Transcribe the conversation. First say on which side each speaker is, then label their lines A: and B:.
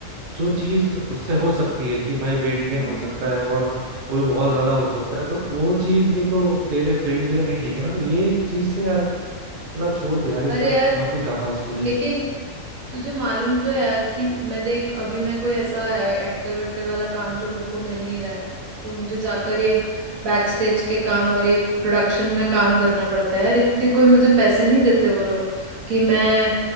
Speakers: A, on the right; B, on the right.
A: जो चीज उससे हो सकती है कि भाई वेट गेन
B: हम्म
A: हो सकता है और वो भी बहुत
B: हम्म।
A: ज्यादा हो सकता है तो वो चीज भी तो तेरे फील्ड के लिए नहीं ठीक है ना तो ये चीज से यार थोड़ा छोड़ दे यार ये
B: अरे
A: सब
B: यार
A: मत ही खा फास्ट फूड ये
B: लेकिन
A: सब
B: तुझे मालूम तो है यार कि मैं देख अभी मैं कोई ऐसा एक्टर वेक्टर वाला काम तो मेरे को मिल नहीं रहा है तो मुझे जाकर ये बैक स्टेज के काम और ये प्रोडक्शन में काम करना पड़ता है यार इतने कोई मुझे पैसे नहीं देते वो लोग कि मैं